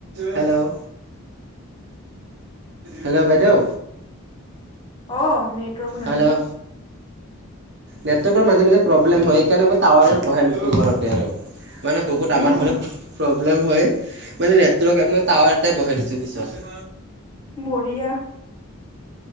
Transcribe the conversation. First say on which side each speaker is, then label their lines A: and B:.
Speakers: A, on the right; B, on the left.
A: হেল্ল'। হেল্ল' বাইদেউ
B: অ', নেটৱৰ্ক নাই।
A: হেল্ল' নেটৱৰ্কৰ মাজে, মাজে প্ৰব্লেম হয় সেইকাৰণে মই টাৱাৰৰে বহাই লৈছো ঘৰতে আৰু। মানে বহুত আমাৰ
B: উম
A: ফালে প্ৰব্লেম হয় মানে নেটৱৰ্ক মই টাৱাৰ এটাই বহাই দিছোঁ পিছত।
B: বঢ়িয়া।